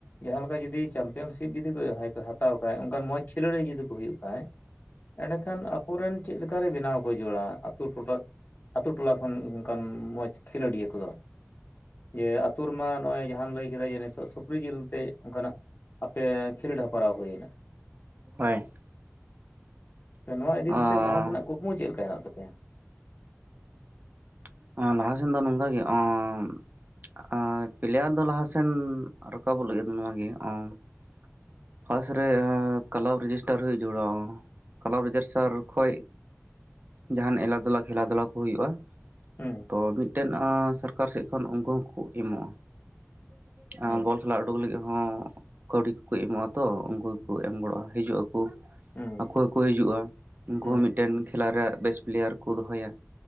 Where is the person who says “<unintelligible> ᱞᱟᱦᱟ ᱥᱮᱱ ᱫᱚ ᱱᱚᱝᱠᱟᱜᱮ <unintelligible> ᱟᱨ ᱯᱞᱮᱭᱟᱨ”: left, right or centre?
Right